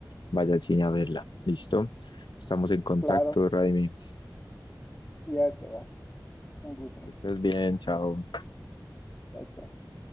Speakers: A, on the left; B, on the left.
A: vaya al cine a verla. ¿Listo? Estamos en contacto,
B: Claro,
A: Raimi.
B: ya se vas. Un gusto.
A: Que estés bien, chao.
B: Chao, chao.